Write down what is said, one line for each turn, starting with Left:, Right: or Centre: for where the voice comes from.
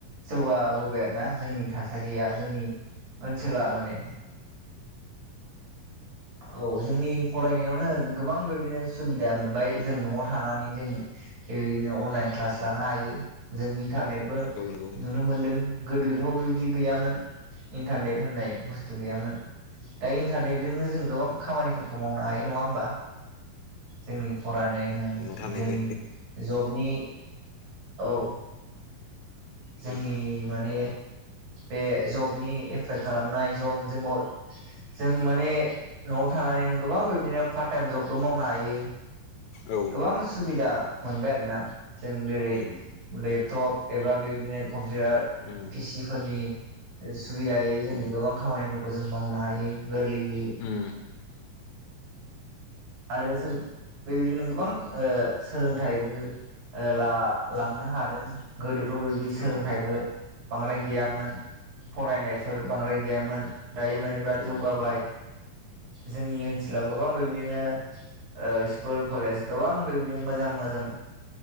Right: जौगाबोबाय आरोना जोंनि थासारिया। जोंनि ओनसोला माने। औ जोंनि फरायनायावनो होन गोबां बेदिनो सुबिदा मोनबाय जों न'आव थानानै जोंनो बेदिनो अनलाइन क्लास लानो हायो जों इन्टारनेटबो
Left: नंगौ
Right: नुनो मोनदों। गोदोथ' बेबायदि गैयामोन इन्टारनेट होननाय बुस्थु गैयामोन। दा इन्टारनेटजोंनो जों गोबां खामानिफोरखौ मावनो हायो नङा होमबा जोंनि फरायनाय होन
Left: उनाव थारैनो
Right: जोंनि जबनि औ। जोंनि
Left: उम
Right: माने बे जबनि एप्लाइ खालामनाय जब जोंखौ जों माने न'आव थानानैनो गोबां बिदिनो पार्ट टाइम जबबो मावनो हायो।
Left: औ
Right: गोबां सुबिदा मोनबाय आरोना। जों जेरै
Left: उम
Right: लेपटप एबा बेबायदिनो कम्पिउटार
Left: उम
Right: पिसि फोरनि सुबिदायै जोङो
Left: उम
Right: गोबां खामानिफोरखौ जों मावनो हायो गोरलैयै।
Left: उम
Right: आरो जों बेबादिनो‌ गोबां ओ सोलोंथाइबो ओ दा लांनो हादों गोदोथ' बे सोलोंथाइबो
Left: औ उम
Right: बांद्राय गैयामोन फरायनायफोर बांद्राय गैयामोन। दायो माने बिराद
Left: औ
Right: जौगाबाय जोंनि ओनसोलाव गोबां बेबदिनो ओ स्कुल कलेज गोबां बेबायदि मोजां मोजां